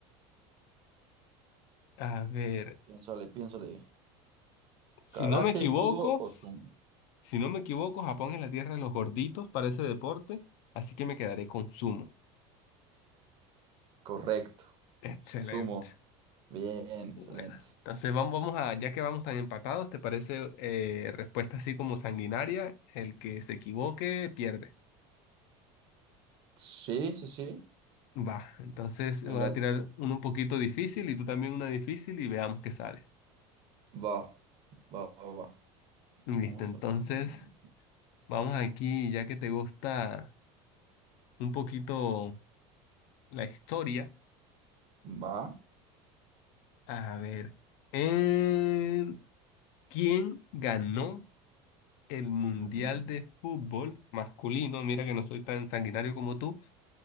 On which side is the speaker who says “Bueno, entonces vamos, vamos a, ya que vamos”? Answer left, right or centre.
Left